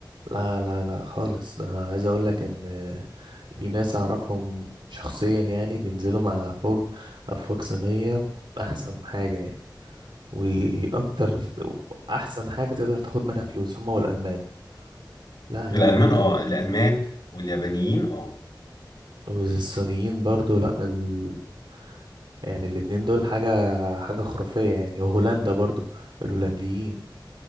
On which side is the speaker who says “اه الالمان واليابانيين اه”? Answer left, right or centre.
Left